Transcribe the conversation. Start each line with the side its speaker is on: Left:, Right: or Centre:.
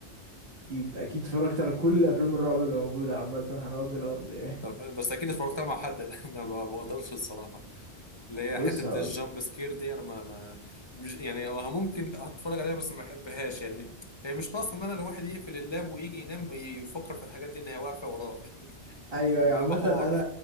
Right: اكيد اكيد اتفرجت على كل افلام الرعب اللي موجودة عامة على وجه الارض يعني
Left: طب بس اكيد اتفرجتها مع حد <laughs> انا ما بقدرش الصراحه اللي هي
Right: <laughs> بص
Left: حتة
Right: هقول
Left: الجامب سكير دي أنا ما ما مش يعني هو ممكن أتفرج عليها بس ما بحبهاش يعني هي مش ناقصة إن أنا الواحد يقفل اللاب ويجي ينام يفكر في الحاجات دي إن هي واقفة وراه <laughs>
Right: ايوه
Left: بيبقى
Right: ايوه عامة
Left: حوار
Right: انا